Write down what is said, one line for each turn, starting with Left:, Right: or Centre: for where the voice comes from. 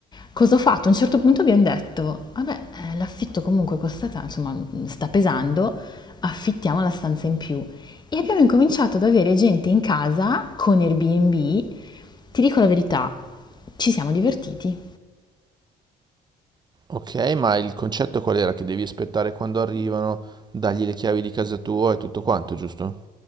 Left: Cosa ho fatto? A un certo punto abbiamo detto, vabbè, eh, l'affitto comunque costa, ta- insomma, mm, sta pesando, affittiamo la stanza in più. E abbiamo incominciato ad avere gente in casa con Airbnb. Ti dico la verità, ci siamo divertiti.
Right: Ok, ma il concetto qual era? Che devi aspettare quando arrivano, dargli le chiavi di casa tua e tutto quanto, giusto?